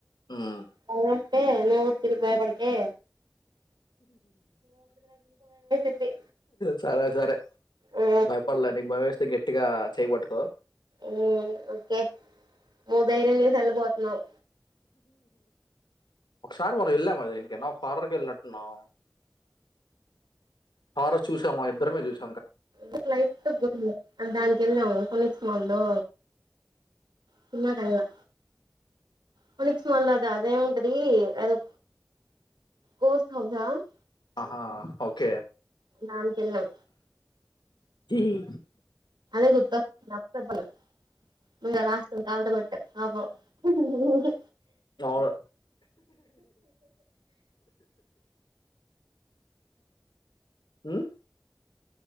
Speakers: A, on the left; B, on the right.
A: ఉమ్.
B: అవును అంటే నువ్వు <unintelligible> భయపడకే <unintelligible>
A: సరే సరే
B: ఆ
A: భయపడలే నీకు భయం వేస్తే గట్టిగా చేయి బట్టుకో
B: ఊ ఓకే నువ్వు దర్యం చేసి వెళ్ళబోతున్నావు
A: ఒక్కసారి మనం వెళ్ళామా దేనికి అయినా ఒక్క హారర్ కి వెళ్ళి నట్టు ఉన్నాం హారర్ చూసామా ఇద్దరమే చూస్
B: <unintelligible> దానికి వెళ్ళాం ఫోనిక్స్ మాల్ లో సినిమా కి ఎల్లా ఫోనిక్స్ మాల్లో అదా అది ఏమి ఉంటది అదో ఘోస్ట్ <unintelligible>
A: ఆహా ఓకే
B: దానికి వెళ్ళాం
A: హి హి
B: అదే గుత్తా నాప్ పేపర్ లో ఇంకా లాస్ డాల్డా కోటా అబ్బో ఉహు
A: అవును ఉ